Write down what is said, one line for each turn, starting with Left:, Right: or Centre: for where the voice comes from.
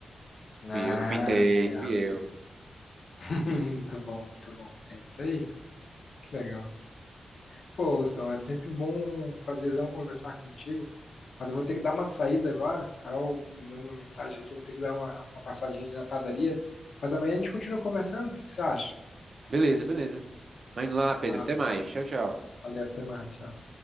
Left: Ah,
Right: Fui eu que pintei,
Left: que legal.
Right: fui eu.
Left: <laughs> Muito bom, muito bom. É isso aí. Que legal. Pô, Gustavo, é sempre bom, prazerzão conversar contigo. Mas eu vou ter que dar uma saída agora. Carol me deu uma mensagem aqui, eu vou ter que dar uma, uma passadinha ali na padaria. Mas amanhã a gente continua conversando. O que que você acha?
Right: Beleza, beleza. Vai indo lá, Pedro.
Left: Ah,
Right: Até mais. Tchau, tchau.
Left: valeu, até mais. Tchau.